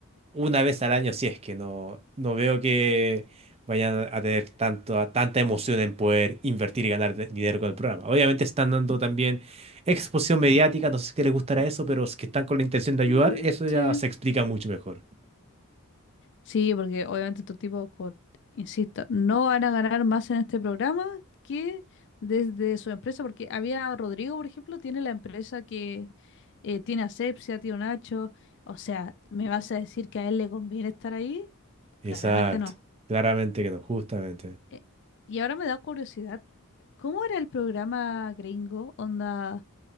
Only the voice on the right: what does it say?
una vez al año, si es que no, no veo que vayan a tener tanto, a- tanta emoción en poder invertir y ganar de- dinero con el programa. Obviamente están dando también exposición mediática, no sé si les gustará eso, pero es que están con la intención de ayudar,
eso
ya se explica mucho mejor.
Exacto,
claramente que no, justamente.